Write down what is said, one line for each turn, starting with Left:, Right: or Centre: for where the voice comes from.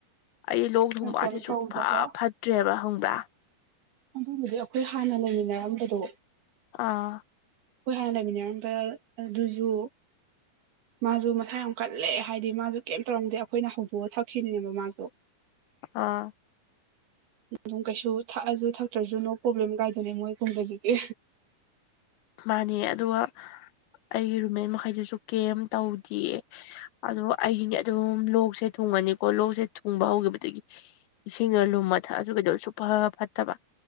Left: ꯑꯩ ꯂꯣꯛ ꯊꯣꯡꯕꯁꯤ
Right: ꯃꯣꯏ ꯀꯩꯝ
Left: ꯁꯨꯡ
Right: ꯇꯧꯗꯕ
Left: ꯐ ꯐꯠꯇ꯭ꯔꯦꯕ ꯍꯪꯕ꯭ꯔꯥ
Right: ꯑꯗꯨꯕꯨꯗꯤ ꯑꯩꯈꯣꯏ ꯍꯥꯟꯅ ꯂꯩꯃꯤꯟꯅꯔꯝꯕꯗꯣ
Left: ꯑꯥ
Right: ꯑꯩꯈꯣꯏ ꯍꯥꯟꯅ ꯂꯩꯃꯤꯟꯅꯔꯝꯕ ꯑꯗꯨꯁꯨ ꯃꯥꯁꯨ ꯃꯁꯥ ꯌꯥꯝ ꯀꯜꯂꯦ ꯍꯥꯏꯗꯤ ꯃꯥꯁꯨ ꯀꯩꯝ ꯇꯧꯔꯝꯗꯦ ꯑꯩꯈꯣꯏꯅ ꯍꯧꯗꯣꯛꯑ ꯊꯛꯈꯤꯕꯅꯦꯕ ꯃꯥꯁꯨ
Left: ꯑ
Right: ꯑꯗꯨꯝ ꯀꯩꯁꯨ ꯊꯥꯛꯑꯁꯨ ꯊꯛꯇ꯭ꯔꯁꯨ ꯅꯣ ꯄ꯭ꯔꯣꯕ꯭ꯂꯦꯝ ꯀꯥꯏꯗꯅꯦ ꯃꯣꯏꯒꯨꯝꯕꯁꯤꯗꯤ
Left: ꯃꯥꯅꯦ ꯑꯗꯨꯒ ꯑꯩꯒꯤ ꯔꯨꯃꯦꯟ ꯃꯈꯩꯗꯨꯁꯨ ꯀꯦꯝꯝ ꯇꯧꯗꯌꯦ ꯑꯗꯣ ꯑꯩꯒꯤꯅꯤ ꯑꯗꯨꯝ ꯂꯣꯛꯁꯦ ꯊꯨꯡꯉꯅꯤꯀꯣ ꯂꯣꯛꯁꯦ ꯊꯨꯡꯕ ꯍꯧꯈꯤꯕꯗꯒꯤ ꯏꯁꯤꯡꯒ ꯂꯨꯝꯃ ꯊꯛꯑꯁꯨ ꯀꯩꯗꯧ ꯁꯨꯞꯐ ꯐꯠꯇꯕ